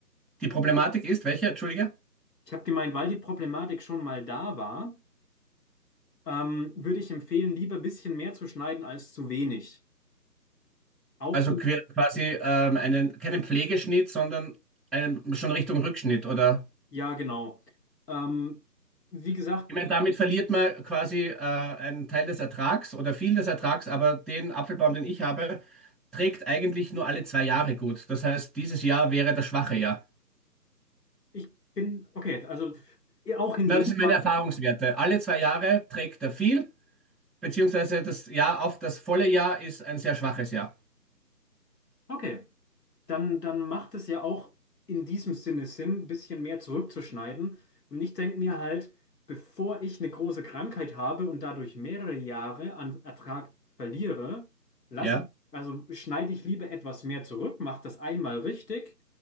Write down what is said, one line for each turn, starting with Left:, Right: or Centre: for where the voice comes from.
Centre: Die Problematik ist, welche, Entschuldige?
Left: Ich habe gemeint, weil die Problematik schon mal da war. ähm, würde ich empfehlen, lieber ein bisschen mehr zu schneiden als zu wenig. Auch
Centre: Also
Left: wenn,
Centre: quer- quasi ähm, einen, keinen Pflegeschnitt, sondern einen, schon Richtung Rückschnitt oder?
Left: ja, genau. Ähm, wie gesagt,
Centre: Ich meine, damit verliert man quasi äh, einen Teil des Ertrags oder viel des Ertrags, aber den Apfelbaum, den ich habe, trägt eigentlich nur alle zwei Jahre gut. Das heißt, dieses Jahr wäre das schwache Jahr.
Left: ich bin, okay, also eh, auch in
Centre: Na,
Left: dem
Centre: das sind
Left: Fall,
Centre: meine Erfahrungswerte. Alle zwei Jahre trägt er viel, beziehungsweise das Jahr auf das volle Jahr ist ein sehr schwaches Jahr.
Left: okay, dann, dann macht es ja auch in diesem Sinne Sinn, ein bisschen mehr zurückzuschneiden. Und ich denke mir halt, bevor ich eine große Krankheit habe und dadurch mehrere Jahre an Ertrag verliere, lasse
Centre: Ja?
Left: ich, also schneide ich lieber etwas mehr zurück, mache das einmal richtig